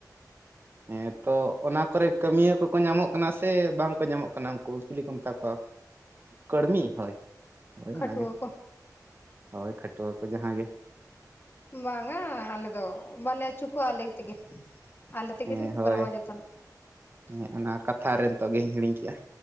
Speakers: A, on the right; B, on the left.
A: ᱦᱮᱸ ᱛᱚ ᱚᱱᱟ ᱠᱚᱨᱮ ᱠᱟᱹᱢᱤᱭᱟᱹ ᱠᱚᱠᱚ ᱧᱟᱢᱚᱜ ᱠᱟᱱᱟ ᱥᱮ ᱵᱟᱝ ᱠᱚ ᱧᱟᱢᱚᱜ ᱠᱟᱱᱟ ᱩᱱᱠᱩ ᱪᱤᱞᱤ ᱠᱚ ᱢᱮᱛᱟ ᱠᱚᱣᱟ ᱠᱟᱹᱲᱢᱤ ᱦᱳᱭ ᱦᱳᱭ
B: ᱠᱷᱟᱹᱴᱩᱣᱟᱹ
A: ᱚᱱᱟᱜᱮ
B: ᱠᱚ
A: ᱦᱳᱭ ᱠᱷᱟᱹᱴᱣᱟᱹ ᱠᱚ ᱡᱟᱦᱟᱸ ᱜᱮ
B: ᱵᱟᱝᱟ ᱟᱞᱮ ᱫᱚ ᱵᱟᱞᱮ ᱟᱹᱪᱩ ᱠᱚᱣᱟ ᱟᱞᱮ ᱛᱮᱜᱮ ᱟᱞᱮ ᱛᱮᱜᱮᱞᱮ
A: ᱦᱮᱸ ᱦᱳᱭ
B: ᱠᱚᱨᱟᱣᱟ ᱡᱚᱛᱚᱱ
A: ᱦᱮᱸ ᱚᱱᱟ ᱠᱟᱛᱷᱟ ᱨᱮ ᱱᱤᱛᱚᱜ ᱜᱤᱧ ᱦᱤᱲᱤᱧ ᱠᱮᱜᱼᱟ